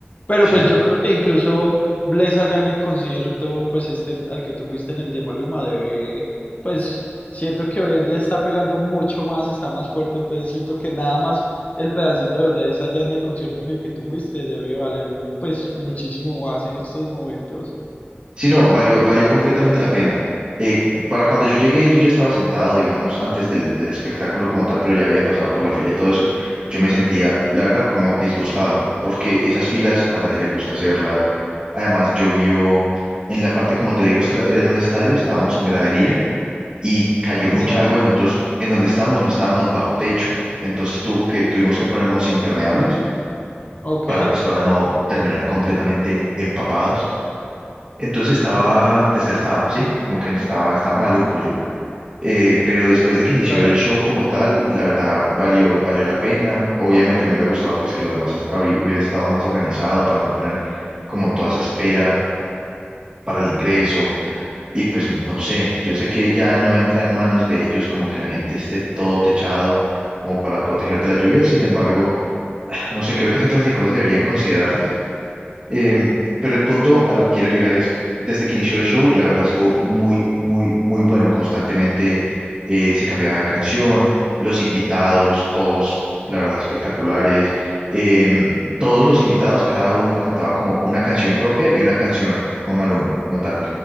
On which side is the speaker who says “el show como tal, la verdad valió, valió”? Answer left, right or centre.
Right